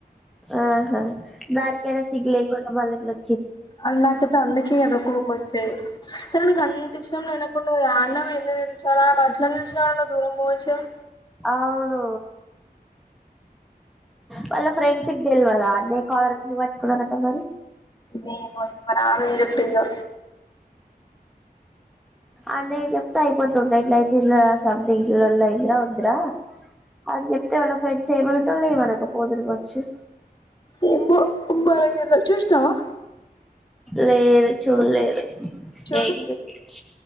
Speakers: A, in the centre; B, on the left.
A: ఆహా దానికి ఐన సిగ్గు లేకుండా మళ్ళ ఎట్లా వాట్
B: అ నాకైతే అందుకే కదా కోపం వచ్చేది. సరే నేను కనుక్ అంత ఇష్టం లేనప్పుడు నువ్వు ఆ అన్నం ఎందుకు తినిపించాలా. మచ్చలనే నిలుచున్నవు దూరం పోవచ్చు కదా.
A: అవును వాళ్ళ ఫ్రెండ్స్ కి తెల్వదా. అన్నయ్య కలర్ ఎందుకు పట్టుకునరంట మరి
B: మరేమో ఇంకా ఆమె ఏం చెప్పిందో.
A: అన్నయ్య చెప్తే అయిపోతుండే ఇట్ల అయితే ఇట్లా సమ్థింగ్ లొల్లి అయిందిరా వద్దు రా అని చేప్ తే వల్ల ఫ్రెండ్స్ ఏమా టోలు ఎమానకు పోతురుకవచ్చు.
B: ఏమో మనకి ఏమన్నా చూసినమా
A: లేదు చూడలేదు.
B: చూడు
A: ఏక్ మినిట్